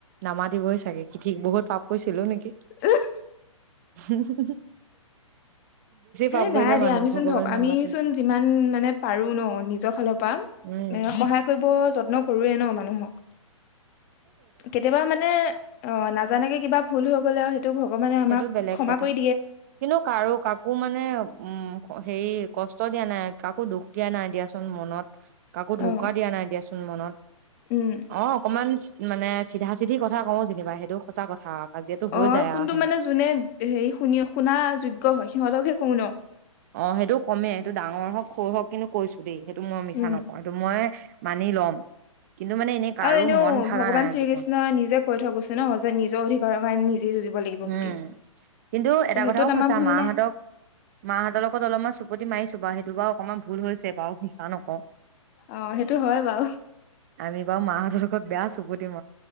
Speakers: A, on the right; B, on the left.
A: নামাতিবই চাগে কিঠিক বহুত পাপ কৈছিলো নেকি
B: উহ
A: হু হু
B: হেই
A: পাপ কৰিলে
B: নাই দিয়া
A: মানুহ
B: আমি
A: ভগৱানে
B: চোন ধক আমিচোন
A: নামাতে
B: যিমান মানে পাৰো ন নিজৰ ফালৰ পৰা
A: উম
B: এ সহায় কৰিব যত্ন কৰোয়ে ন মানুহক কেতিয়াবা মানে অ নাজানাকে কিবা ভুল হক কলে' হয় টো ভগৱানে আম
A: সেইটো বেলেগ
B: ক্ষমা
A: কথা
B: কৰি দি
A: কিন্তু কাৰো কাকো মানে উম হেৰি কষ্ট দিয়া নাই কাকো দুখ দিয়া নাই দিয়াচোন মনত কাকো
B: অ
A: ঢকা দিয়া নাই দিয়াচোন মনত
B: উম
A: অ অকনমান মানে চিধা চিধি কথা কও যেনিবা সেইটোও সঁচা কথা কাজিয়াটো হৈ
B: অ
A: যায়
B: কোনটো
A: আহ সেনেকে
B: মানে যোনে হে শুন শুনা যোগ্য হয় সিহঁত অতকে কনো
A: অ সেইটোও কমেই এইটো ডাঙৰ হওক সৰু হওক কিন্তু কৈছো দেই সেইটো মই মিছা
B: উম
A: নকওঁ এইটো মই মানি লম কিন্তু মানে এনেই কাৰো
B: আৰু এনেও
A: মন ভাগা
B: ভগৱান
A: নাই
B: শ্ৰীকৃষ্ণই
A: জীৱনত
B: নিজে কৈ থৈ গৈছে ন যে নিজৰ অধিকাৰৰ কাৰণে নিজেই যুঁজিব লাগিব
A: উম
B: বুলি
A: কিন্তু এটা
B: ত' সেইটোত
A: কথাও
B: আমাৰ
A: সচা
B: ভুল
A: মাহঁতক
B: নাই
A: মাহঁতৰ লগত অলপমান চুপুতি মাৰিছো বা সেইটো বাও অকমান ভুল হৈছে বাৰু মিছা নকওঁ
B: অ সেইটো হয় বাৰু
A: আমি বাৰু মাহঁতৰ লগত বেয়া চুপতি তিম